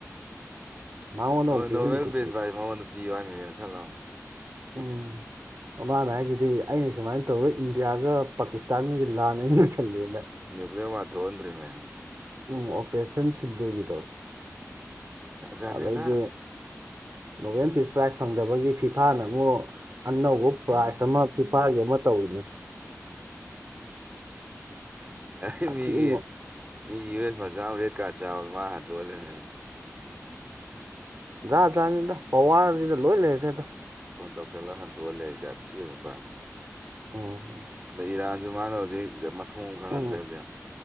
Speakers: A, on the right; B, on the right.
A: ꯃꯉꯣꯟꯗ
B: ꯅꯣꯔꯃꯦꯜ
A: ꯑꯃꯨꯛ ꯄꯤꯍꯜꯂꯤꯗꯨꯗꯤ
B: ꯐꯦꯖ ꯄ꯭ꯔꯥꯏꯖ ꯃꯉꯣꯟꯗ ꯄꯤꯌꯨ ꯍꯥꯏꯏ ꯃ ꯀꯩꯅꯣ ꯁꯠꯂꯅꯤ
A: ꯎꯝ ꯃꯃꯥꯅ ꯍꯥꯏꯗꯨꯗꯤ ꯑꯩꯅ ꯁꯨꯃꯥꯏꯅ ꯇꯧꯔ ꯏꯟꯗꯤꯌꯥꯒ ꯄꯥꯀꯤꯁꯇꯥꯟꯒꯤ ꯂꯥꯟ ꯑꯩꯅꯣꯏꯁꯜꯂꯦꯅ
B: ꯀꯦꯕ ꯇꯣꯟ꯭ꯔꯔꯤꯃꯦ
A: ꯎꯝ ꯑꯣꯄꯔꯦꯁꯟ ꯁꯤꯟꯗꯨꯒꯤꯗꯣ
B: ꯖꯥꯠ ꯖꯥꯠꯅꯤꯗ
A: ꯑꯗꯩꯗꯤ ꯅꯣꯕꯦꯜ ꯐꯤꯁ ꯄ꯭ꯔꯥꯏꯖ ꯐꯪꯗꯕꯒꯤ ꯐꯤꯐꯥꯅ ꯑꯃꯨꯛ ꯑꯅꯧꯕ ꯄ꯭ꯔꯥꯠ ꯑꯃ ꯄꯤꯄꯥꯥꯒꯦ ꯑꯃ ꯇꯧꯅꯦ
B: ꯑꯩ
A: ꯁꯥꯊꯤꯅ
B: ꯃꯤꯒꯤ ꯃꯤꯒꯤ ꯌꯨ ꯑꯦꯁ ꯃꯆꯥ ꯔꯦꯠ ꯀꯥꯔꯠ ꯆꯥꯎꯔ ꯃꯥ ꯍꯟꯗꯣꯛꯍꯜꯂꯤꯕꯃꯤꯅ
A: ꯥ ꯇꯥꯅꯤꯗ ꯄꯋꯥꯔꯁꯤꯗ ꯂꯣꯏ ꯂꯩꯔ꯭ꯔꯦꯗ
B: ꯐꯣꯟ ꯇꯧꯁꯤꯜꯂꯒ ꯍꯟꯗꯣꯛꯑꯂ ꯂꯩ ꯑꯩ ꯥ ꯊꯤꯒꯤ ꯅꯨꯄꯥꯥꯟꯅꯤ
A: ꯑꯣ
B: ꯑꯗ ꯏꯔꯥꯟꯁꯨ ꯃꯥꯅ ꯍꯧꯖꯤꯛ ꯃꯊꯣꯡ ꯈꯪꯍꯟꯗ꯭ꯔꯦ
A: ꯎꯝ
B: ꯍꯧꯖꯤꯛ